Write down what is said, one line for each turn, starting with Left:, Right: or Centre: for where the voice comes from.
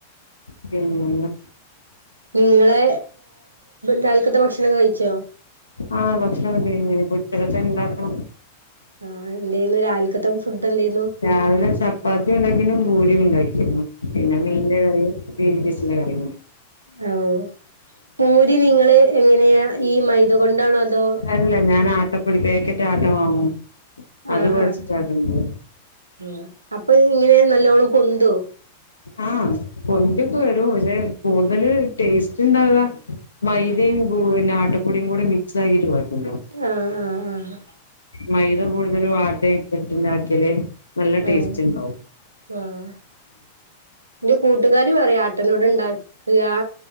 Left: പിന്നെ
Right: നിങ്ങളെ രാൽക്കത്തെ ഭക്ഷണൊക്കെ കഴിച്ചോ.
Left: ആഹ് ഭക്ഷണം കയിച്ചു ഇഞ് ഉച്ചക്കത്തെ ഇണ്ടാക്കണം.
Right: ആഹ എന്തായിരുന്നു രാവിൽക്കത്ത ഫുഡ് എന്തായിരുന്നു.
Left: രാവിലെ ചപ്പാത്തി ഉണ്ടാക്കിരുന്നു പൂരി ഉണ്ടാക്കിരുന്നു പിന്നെ
Right: ഉം
Left: മീന്റെ കറിം. ഗ്രീൻപീസിന്റെ കറി.
Right: ഓ പൂരി നിങ്ങള് എങ്ങനെയാ ഈ മൈദ കൊണ്ടാണോ അതോ.
Left: ല്ല ഞാൻ ആട്ടപ്പൊടി പാക്കറ്റ് ആട്ട വാങ്ങും. അത്
Right: ആഹ
Left: കൊഴച്ചിട്ടാക്കുന്നത്
Right: ആഹ അപ്പൊ ഇങ്ങനെ നല്ലോണം പൊന്തോ
Left: ആഹ പൊന്തിക്കെ വരും പക്ഷേ കൂടുതല് ടേസ്റ്റ് ഉണ്ടാവുക. മൈദയും ആട്ടപ്പൊടിയും കൂടെ മിക്സ് ആക്കിട്ട് കുഴക്കില്ലോ.
Right: ആഹ് ആഹ് ആഹ്
Left: മൈദ കൂടുതൽ വാട്ട ഇട്ടിട്ടുണ്ടാക്കല്. നല്ല ടേസ്റ്റ്
Right: ആഹ്
Left: ഉണ്ടാവും.
Right: ആഹ് എന്റെ കൂട്ടുകാാര് പറയാ ആട്ടനോട് ഉണ്ടാക്കുക ആ.